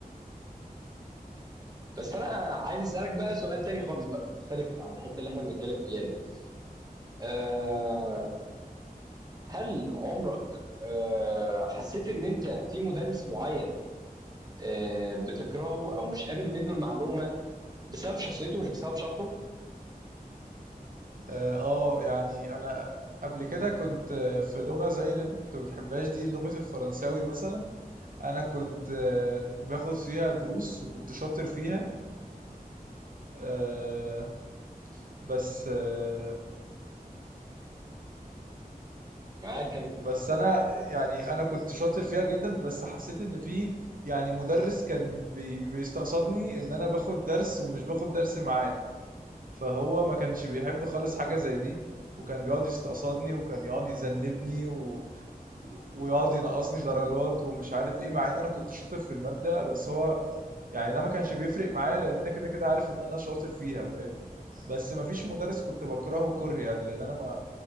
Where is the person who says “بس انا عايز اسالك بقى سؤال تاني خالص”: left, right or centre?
Right